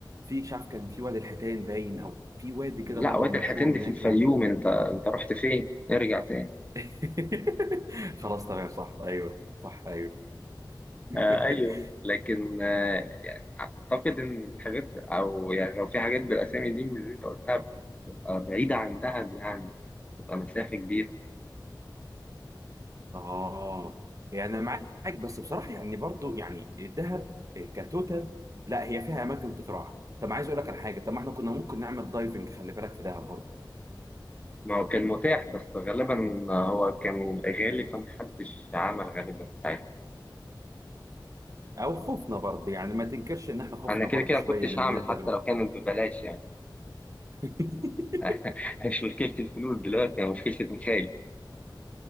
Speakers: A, on the right; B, on the left.
A: في مش عارف كان في وادي الحيتان باين او في وادي كده
B: ولا
A: برضو
B: وادي
A: مشهور
B: الحيتان دي
A: هناك
B: في الفيوم
A: يعني
B: أنت أنت رحت فين؟ ارجع تاني
A: <laughs> خلاص تمام صح ايوه صح ايوه <laughs>
B: آه ايوه لكن آه يعني اعتقد ان الحاجات او يعني لو في حاجات بالاسامي دي من اللي انت قلتها بتبقى بعيده عن دهب يعني بتبقى مسافه كبيره
A: اه يعني انا معاك بس بصراحه يعني برضو يعني الذهب كتوتال لا هي فيها اماكن تتراح طب عايز اقول لك على حاجه طب ما احنا كنا ممكن نعمل دايفنج خلي بالك في دهب برضو
B: ما هو كان متاح بس غالبا هو كان غالي فمحدش عمل غالبا ساعتها
A: او خوفنا برضو يعني ما تنكرش ان احنا خوفنا
B: انا كده
A: برضو
B: كده
A: شويه
B: ما كنتش
A: لان
B: هعمل
A: هي تجربه
B: حتى لو كانت ببلاش يعني
A: <laughs>
B: <laughs> مش مشكله الفلوس دلوقتي هي مشكله ميخائيل